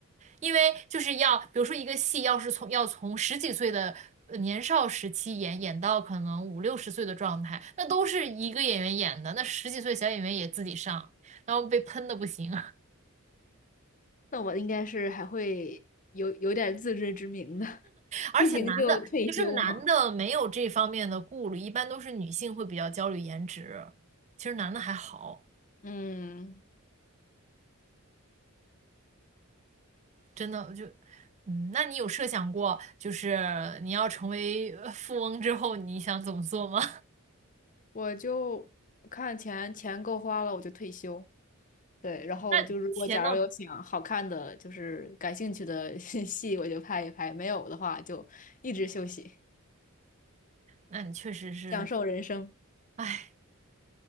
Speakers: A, on the right; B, on the left.
A: 因为就是要，比如说一个戏要是从要从十几岁的呃年少时期演演到可能五六十岁的状态，那都是一个演员演的，那十几岁小演员也自己上，然后被喷的不行。
B: 那我应该是还会有有点自知之明的，<laughs>
A: 而且男的，
B: 不行就退休嘛。
A: 其实男的没有这方面的顾虑，一般都是女性会比较焦虑颜值。其实男的还好，
B: 嗯。
A: 真的我就，嗯，那你有设想过，就是你要成为呃富翁之后，你想怎么做吗？
B: 我就看钱钱够花了，我就退休。对，
A: <laughs>
B: 然后就如果假如有想好看的，
A: 那钱呢？
B: 就是感兴趣的 <laughs> 戏，我就拍一拍；没有的话，就一直休息，
A: 那你确实是，
B: 享受人生，
A: 哎，